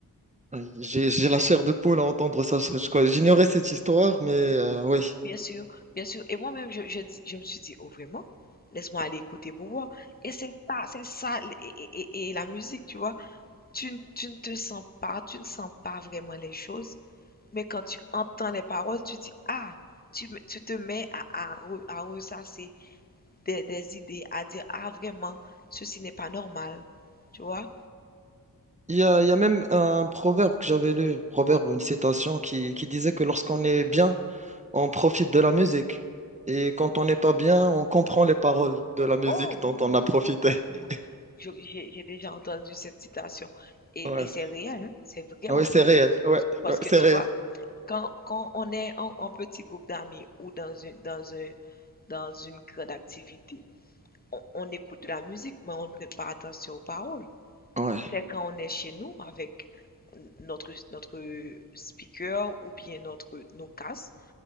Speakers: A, on the right; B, on the left.
A: oui, j'ai j'ai la chair de poule à entendre ça. Je- je- quoi, J'ignorais cette histoire, mais euh, oui.
B: Bien sûr, bien sûr. Et moi-même, je, je, dis- je me suis dit, oh vraiment? Laisse-moi aller écouter pour voir. Et c'est ça, c'est ça, et, et- et- et la musique, tu vois. Tu, tu ne te sens pas, tu ne sens pas vraiment les choses. Mais quand tu entends les paroles, tu dis, ah, tu, tu te mets à, à, re- à ressasser des, des idées, à dire, ah, vraiment, ceci n'est pas normal. Tu vois?
A: Il y a, il y a même un proverbe que j'avais lu, proverbe, une citation qui, qui disait que lorsqu'on est bien, on profite de la musique. Et quand on n'est pas bien, on comprend les paroles de la musique
B: Oh,
A: dont
B: oui, oui,
A: on a profité.
B: oui, exactement.
A: <laughs>
B: Je- J'ai j'ai déjà entendu cette citation. Et,
A: Ouais.
B: et c'est réel, hein, C'est vraiment
A: Ah ouais,
B: réel.
A: c'est réel. Ouais,
B: Parce
A: ouais,
B: que,
A: c'est
B: tu
A: réel.
B: vois, quand, quand on est en, en petit groupe d'amis ou dans une, dans un, dans une grande activité, on, on écoute de la musique, mais on ne prête pas attention aux paroles.
A: Ouais.
B: c'est quand on est chez nous avec notre, notre speaker ou bien notre, nos casques,